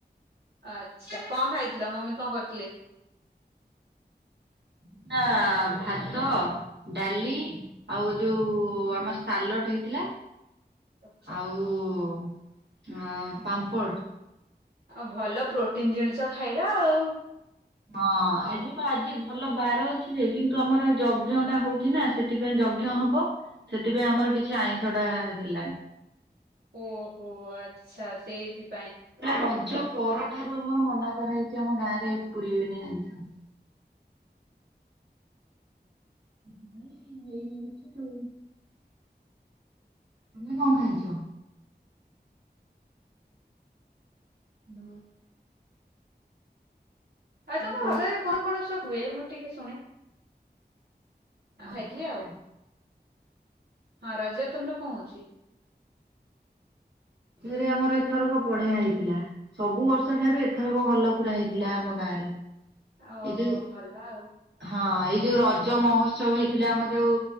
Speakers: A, on the right (about 65°); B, on the right (about 85°).
A: ଆଛା, କଣ ଖାଇଥିଲ? ମମି କଣ କରିଥିଲେ?
B: <inaudible> ଭାତ, ଡାଲି ଆଉ ଯୋଉ ଆମ ସାଲଡ ହେଇଥିଲା।
A: ଆଚ୍ଛା
B: ଆଉ ଅ ପାମ୍ପଡ।
A: ଆଉ ଭଲ ପ୍ରୋଟିନ ଜିନିଷ ଖାଇଲା ଆଉ
B: ହଁ ଆଜି ତ ଆଜି ଭଲ ବାର ଅଛି ଯେ- କିନ୍ତୁ ଆମର ଯବ୍ଜଣ୍ଡା ହଉଛି ନା ସେଥିପାଇଁ ଯଜ୍ଞ ହବ, ସେଥିପାଇଁ ଆମର କିଛି ଆଇଁଷ ଟା ହେଲାନି
A: ଓହୋ, ଆଛା ସେଇଠି
B: ପୁରା ରଜ ପରଠାରୁ ଆମର ମନା କରାହେଇଛି ଆମ ଗାଁ ରେ ପୁରେଇବେନି ଆଇଁଷ
A: ଆ <inaudible>
B: <unintelligible> ତମେ କଣ ଖାଇଛ? <unintelligible>
A: ଆ
B: ହାଲୋ
A: ତମ ରଜରେ କଣ କଣ ସବୁ ହୁଏ, ମୁଁ ଟିକେ ଶୁଣେ ଆଉ
B: ରଜ
A: ଖାଇଥିଲି
B: ରେ
A: ଆଉ।
B: <unintelligible>
A: ହଁ ରଜରେ ତମର କଣ ହଉଛି?
B: ରେ ଆମର ଏଥରକ ବଢିଆ ହେଇଥିଲା, ସବୁ ବର୍ଷ ଠାରୁ ଏଥରକ ଭଲ ପୁରା ହେଇଥିଲା ଆମ ଗାଁ ରେ
A: ଓହୋ
B: ଏ ଯୋଉ,
A: ଭଲ ଆଉ
B: ହଁ ଏଇ ଯୋଉ ରଜ ମହୋତ୍ସବ ହେଇଥିଲା ଆମ ଯୋଉ